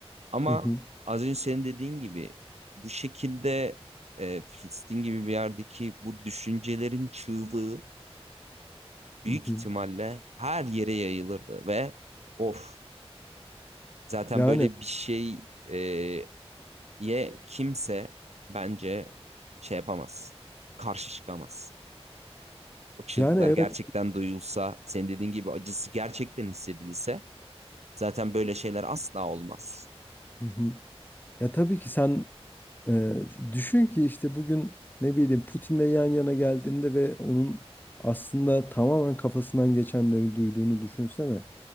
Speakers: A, on the right (about 85°); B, on the left (about 15°).
A: Ama
B: hı hı,
A: az önce senin dediğin gibi bu şekilde e, Filistin gibi bir yerdeki bu düşüncelerin çığlığı büyük
B: hı hı.
A: ihtimalle her yere yayılırdı ve of zaten
B: Yani
A: böyle bir şey e, ye kimse bence şey yapamaz. Karşı çıkamaz. O çığlıklar
B: yani evet.
A: gerçekten duyulsa, senin dediğin gibi acısı gerçekten hissedilse zaten böyle şeyler asla olmaz.
B: Hı hı. Ya tabii ki sen e, düşün ki işte bugün ne bileyim Putin'le yan yana geldiğinde ve onun aslında tamamen kafasından geçenleri duyduğunu düşünsene.